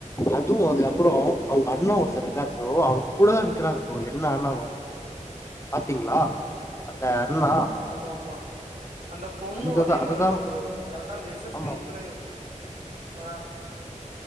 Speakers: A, on the left; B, on the right.
A: அதுவும் அதுக்கப்பறம் அவுங்க அண்ணன் ஒருத்தர் இருக்காரு ப்ரோ அவரு கூட தா நிக்கராரு இப்போ என்ன ஆனாலும் பாத்தீங்களா அந்த அண்ணா
B: ஆ ஆ ஆமா ஆமா அந்த பொண்ணும்
A: அந்ததா
B: அதே
A: அதுதா
B: மாரி தா ப்ரோ கரெக்டா அந்த எஸ் எஸ்
A: ஆமா
B: பி இன்டர ஆ